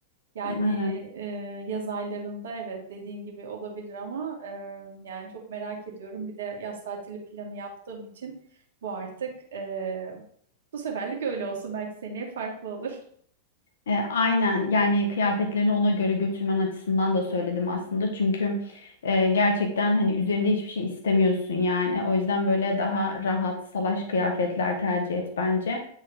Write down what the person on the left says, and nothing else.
Evet.
E, aynen yani kıyafetlerini ona göre götürmen açısından da söyledim aslında. Çünkü e, gerçekten hani üzerinde hiçbir şey istemiyorsun yani. O yüzden böyle daha rahat salaş kıyafetler tercih et bence.